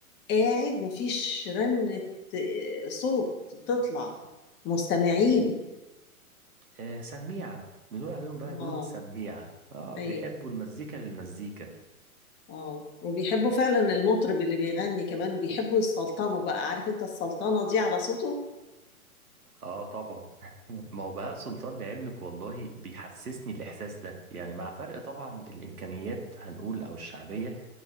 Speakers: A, on the left; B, on the right.
A: قاعد مفيش رنة آه، صوت بتطلع مستمعين
B: آه سميعة بنقول عليهم بقى
A: اه
B: دول سميعة اه
A: أيوه
B: بيحبوا المزيكا للمزيكا
A: اه وبيحبوا فعلا المطرب اللي بيغني كمان وبيحبوا يسلطنوا بقى عارف انت السلطنة دي على صوته
B: اه طبعا <laughs> ما هو بهاء سلطان لعلمك والله بيحسسني الاحساس ده يعني مع فرق طبعا الامكانيات هنقول او الشعبية